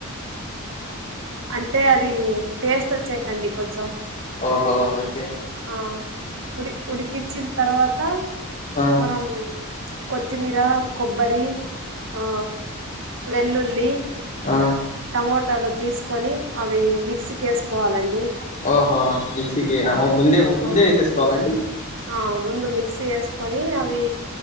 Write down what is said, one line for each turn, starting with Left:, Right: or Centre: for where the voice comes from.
Right: అంటే అది టేస్ట్ వచ్చాయి కండి కొంచెం
Left: ఓహో ఒకే
Right: ఆ ఉడి ఉడికిచ్చిన తర్వాత
Left: ఆ
Right: మనం కొత్తిమీర కొబ్బరి ఆ వెల్లుల్లి
Left: ఆ
Right: టమోటాలు తీసుకొని అవి మిక్సీ కేసుకోవాలండి
Left: ఓహో మిక్సీకి అవ్ ముందే ముందేఎసేసుకోవాలండి
Right: ఆ ఆ ముందు మిక్సీ ఏసుకొని అవి